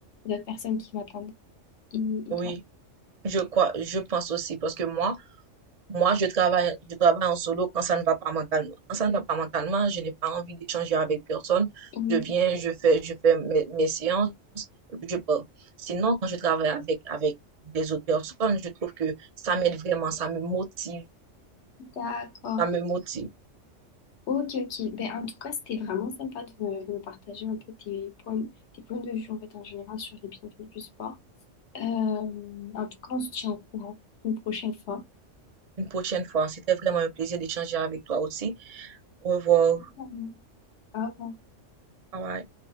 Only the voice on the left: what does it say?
il y a d'autres personnes qui m'attendent. Et, et
toi?
Mm,
D'accord.
Ok, ok. Ben, en tout cas, c'était vraiment sympa de me, de me partager un peu tes points, tes points de vue en fait, en général sur les bienfaits du sport. Euh, en tout cas, on se tient au courant une prochaine fois.
Évidemment. Au revoir.